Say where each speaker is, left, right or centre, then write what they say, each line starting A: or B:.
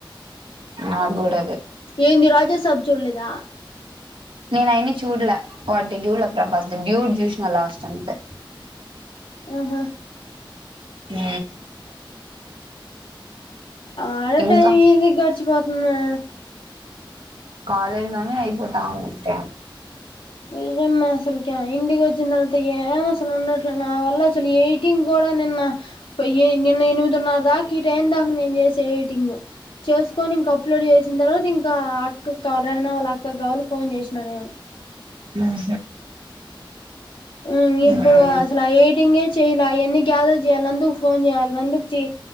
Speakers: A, on the right; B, on the left.
A: నాగూడ అదే
B: ఏంది రాజాసాబ్ చూల్లేద
A: నేనయన్ని చూడ్ల వాటి చూడ్లే ప్రభాస్ దీ డ్యూడ్ చూసిన లాస్ట్ అంతే
B: ఆహా
A: ఉ
B: ఆ ఆడ టైమ్
A: ఇంకా
B: ఇజి గా గడిచిపాతుంది మే
A: కాలేజ్ లోనే అయిపోతా ఉంటది
B: నిజమ్మా అసలుకి ఇంటికోచ్చిన్ తర్వాత ఏం అసలు ఉండట్లే నా వల్ల అసలు ఎయిటింగ్ కో నిన్న పోయి నిన్న ఎనిమిదిన్నారదాక ఈ టైందాక చేస ఎయీటింగు చేసుకొని ఇంక అప్లోడ్ చేసిన తర్వాత ఇంకా అక్కకి రేహ్న వాళ అక్కకు కావాలే ఫోన్ చేసినా నేను
A: ఉహు
B: ఉ ఇప్పుడు
A: ఉమ్
B: అసల ఏయిటింగే చెయాల అయన్ని గ్యాదర్ చేయాల నందుక్ ఫోన్ చేయాల్ నందోచ్చి